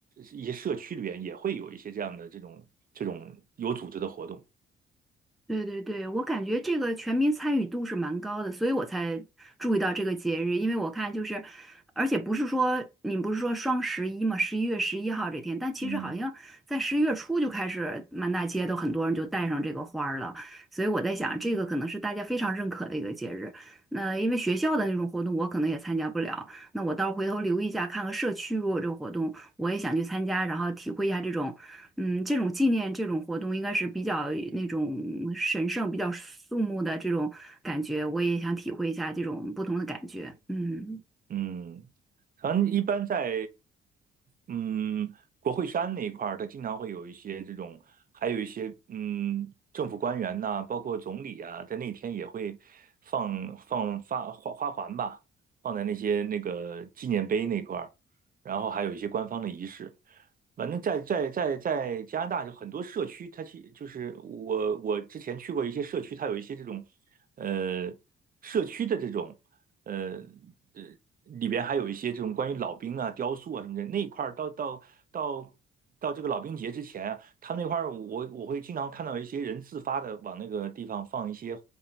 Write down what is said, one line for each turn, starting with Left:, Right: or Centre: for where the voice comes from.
Right: 一些社区里边也会有一些这样的这种这种有组织的活动。
Centre: 对对对，我感觉这个全民参与度是蛮高的，所以我才注意到这个节日。因为我看就是，而且不是说你不是说双十一嘛，十一月十一号这天，但其实好像在十一月初就开始，
Right: 嗯。
Centre: 满大街都很多人就带上这个花儿了。所以我在想，这个可能是大家非常认可的一个节日。那因为学校的那种活动，我可能也参加不了。那我到时候回头留意一下，看看社区如果有这个活动，我也想去参加，然后体会一下这种嗯，这种纪念这种活动应该是比较那种神圣、比较肃穆的这种感觉，我也想体会一下这种不同的感觉。嗯。
Right: 嗯，反正一般在嗯国会山那一块儿，它经常会有一些这种，还有一些嗯政府官员呐、包括总理啊，在那天也会放放发花花环吧，放在那些那个纪念碑那块儿，然后还有一些官方的仪式。反正在在在在加拿大就很多社区，它其就是我我之前去过一些社区，它有一些这种呃社区的这种呃呃里边还有一些这种关于老兵啊、雕塑啊什么的那一块儿，到到到到这个老兵节之前啊，他们那块儿我我会经常看到一些人自发的往那个地方放一些